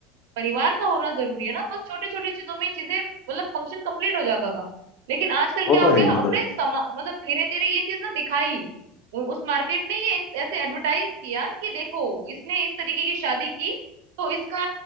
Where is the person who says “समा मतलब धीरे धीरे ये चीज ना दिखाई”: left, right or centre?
Right